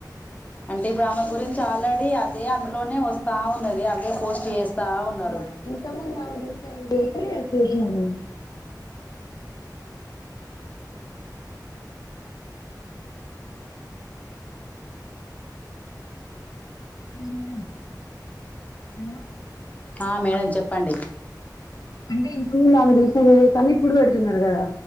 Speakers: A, on the left (about 20°); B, on the left (about 55°).
A: అంటే ఇప్పుడు ఆమె గురించి ఆల్రెడీ అదే అందులోనే వస్తా ఉన్నది అదే పోస్ట్ చేస్తా ఉన్నారు
B: ఆ ఇంత ముందు ఆమె తీసిన విడియోస్ <unintelligible> హలో మేడం హలో
A: ఆ మేడం చెప్పండి
B: అంటే ఇంతకు ముందు ఆమె తీసిన వీడియోస్ అన్ని ఇప్పుడు పెడుతున్నారు కదా